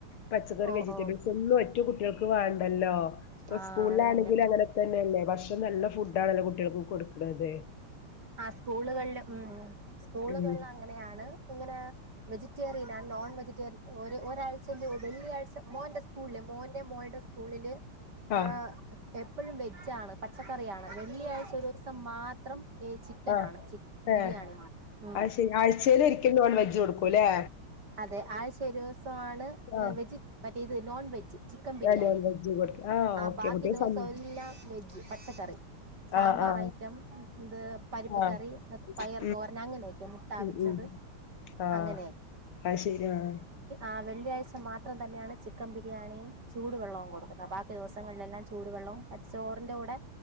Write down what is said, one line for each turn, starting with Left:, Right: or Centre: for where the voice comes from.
Left: പച്ചകറി
Right: ഓ
Left: വെജിറ്റബിൾസൊന്ന
Right: ഓ
Left: കുട്ടികൾക്ക് വേണ്ടല്ല ഹലോ ഇപ്പൊ
Right: ആ
Left: സ്കൂളിലാണെങ്കിലും
Right: അതന്നെ
Left: അങ്ങനെ തന്നെയല്ലേ ഭക്ഷ നല്ല ഫുഡ് ആണല്ലോ കുട്ടികൾക്ക് കൊടുക്കാ അതെ
Right: ആ സ്കൂളുകളിൽ ഉ സ്കൂളുകളിൽ
Left: ഉം
Right: അങ്ങനെയാണ് ഇങ്ങനെ വെജിറ്റേറിയൻ ആണ് നോൺ വെജിറ്റേറിയൻ ഒരാഴ്ച വെള്ളിയാഴ്ച മോന്റെ മോന്റെ മോളുടെയും സ്കൂളില്
Left: ആ ആ
Right: ആഹ എ ഇപ്പോഴും വെജ് ആണ് പച്ചക്കറി റിയാണ് വെള്ളിയാഴ്ച ഒരു ദിവസം മാത്രം ചിക്കനാണ്
Left: ആഹ
Right: ചി ബിരിയാണി മാത്രം ഉം
Left: ആ ശരി ആഴ്ചയിൽ ഒരിക്കൽ വെജ് കൊടുക്കുംല്ലേ
Right: അതെ ആഴ്ച ഒരു ദിവസമാണ്
Left: ആ
Right: വെജിറ്റ മറ്റേ നോൺവെജ് ചിക്കൻ ബിരിയാണി
Left: ആ നോൺ വെജ് കൊടുക്കും
Right: ആ
Left: ഓക്കെ
Right: ബാക്കി
Left: കുട്ടികൾ
Right: ദിവസം
Left: സമ്മ
Right: എല്ലാം വെജ് പച്ചക്കറി സാമ്പാർ
Left: ആ ആ
Right: ഐറ്റം ഇത് പരിപ്പ്
Left: ആ
Right: കറി പയർ
Left: ഉം
Right: തോരൻ അങ്ങനെയൊക്കെ മുട്ട
Left: ഉം
Right: വിച്ചത്
Left: ഉം ആഹ്
Right: അങ്ങനെയക്കെ
Left: അത് ശരിയാണ്
Right: ആ വെള്ളിയാഴ്ച മാത്രം തന്നെയാണ് ചിക്കൻ ബിരിയാണി ചൂടു വെള്ളവും കൊടുക്കുന്ന ബാക്കി ദിവസങ്ങളിലെല്ലാം ചൂടു വെള്ളവും പച്ചോറിൻന്റെറെ കൂടെ